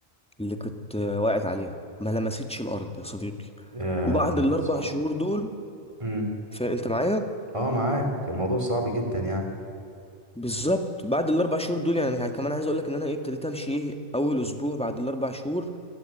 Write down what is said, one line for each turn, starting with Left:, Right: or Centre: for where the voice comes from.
Centre: اللي كنت آه، واقعت عليها ما لمستش الارض يا صديقي
Right: يا
Centre: وبعد
Right: ده الموضوع
Centre: الاربع
Right: صعب
Centre: شهور دول
Right: مم.
Centre: فانت معايا
Right: اه معاك الموضوع صعب جدا يعني
Centre: بالظبط بعد الاربع شهور دول يعني انا كمان عايز اقول لك ان انا ايه ابتديت امشي ايه اول اسبوع بعد الاربع شهور